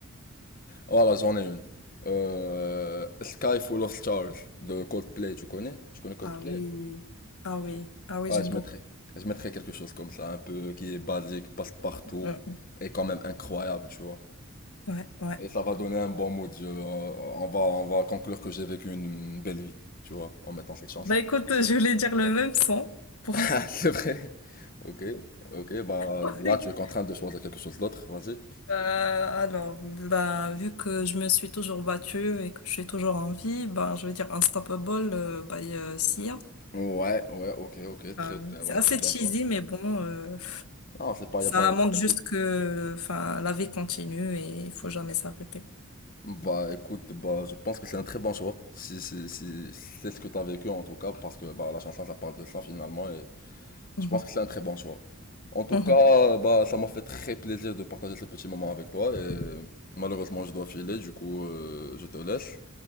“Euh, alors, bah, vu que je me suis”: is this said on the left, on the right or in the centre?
Left